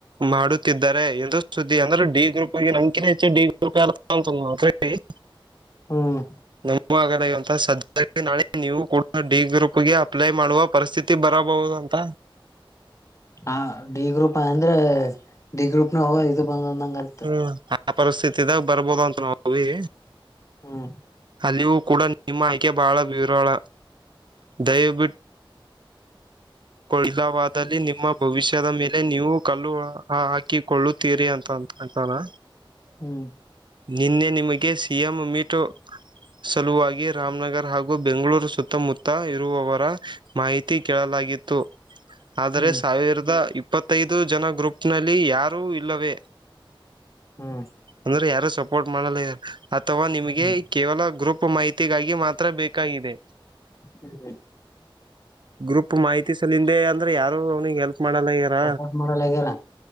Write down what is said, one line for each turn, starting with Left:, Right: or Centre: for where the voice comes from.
Right: ಮಾಡುತ್ತಿದ್ದಾರೆ ಎಂದು. ಸುದ್ದಿ ಅಂದ್ರೆ ಡಿ ಗ್ರೂಪ್ ಆಗ ನಮಕ ಹೆಚ್ಚನ ಡಿ ಗ್ರೂಪ ಯಾರಾದಪ ಅಂದರ <unintelligible>
Left: ಹ್ಮ.
Right: <unintelligible> ಇಂತ ಸದ್ಯ ನಾಳೆ ನೀವು ಕೂಡ ಡಿ ಗ್ರೂಪ್ಗೆ ಅಪ್ಲೈ ಮಾಡುವ. ಪರಿಸ್ಥಿತಿ ಬರಬಹುದು ಅಂತ.
Left: ಹಾ ಡಿ ಗ್ರೂಪ್ ಅಂದ್ರೆ ಡಿ ಗ್ರೂಪ್ ನ ಹೋಗ ಇದು ಬಂದಂದ ಅಂದಾಗ ಅಲ್ಲಿ.
Right: ಹ ಆ ಪರಿಸ್ಥತಿದಾಗ ಬರ್ಬೋದಂತ ನಾವೀ.
Left: ಹ್ಮ.
Right: ಅಲ್ಲಿಯೂ ಕೂಡ ನಿಮ್ಮ ಆಯ್ಕೆ ಬಹಳ ವಿರಾಳ ದಯವಿಟ್ಟು. ಕೂ ಇಲ್ಲವಾದಲ್ಲಿ ನಿಮ್ಮ ಭವಿಷ್ಯದ ಮೇಲೆ ನೀವು ಕಲ್ಲು ಹಾಕಿಕೊಳ್ಳುತ್ತೀರಿ ಅಂತಂತ. ಅಂತನ.
Left: ಹ್ಮ್.
Right: ನಿನ್ನೆ ನಿಮಗೆ ಸಿ ಎಂ ಮೀಟು. ಸಲುವಾಗಿ ರಾಮನಗರ ಹಾಗೂ ಬೆಂಗಳೂರು ಸುತ್ತಮುತ್ತ ಇರುವವರ. ಮಾಹಿತಿ ಕೇಳಲಾಗಿತ್ತು ಆದರೆ
Left: ಹ್ಮ್
Right: ಸಾವಿರದ ಇಪ್ಪ ಇಪ್ಪತ್ತೈದು ಜನ ಗ್ರೂಪ್ ನಲ್ಲಿ ಯಾರೂ ಇಲ್ಲವೇ.
Left: ಹ್ಮ್.
Right: ಅಂದ್ರೆ ಯಾರು ಸಪೋರ್ಟ್ ಮಾಡಲಾಗ್ಯಾರ ಅಥವಾ ನಿಮ್ಗೆ
Left: ಹ್ಮ್
Right: ಕೇವಲ ಗ್ರೂಪ್ ಮಾಹಿತಿ ತಿಗಾಗಿ ಮಾತ್ರ ಬೇಕಾಗಿದೆ.
Left: ಹ್ಮ್.
Right: ಗ್ರೂಪ್ ಮಾಹಿತಿ ಸಲ್ಲಿಂದೆ. ಅಂದ್ರೆ ಯಾರು ಅವ್ನಿಗೆ ಹೆಲ್ಪ್ ಮಾಡಲ್ಲಆಗ್ಯಾರ
Left: ಸಪೋರ್ಟ್ ಮಾಡಲಾಗ್ಯಾರ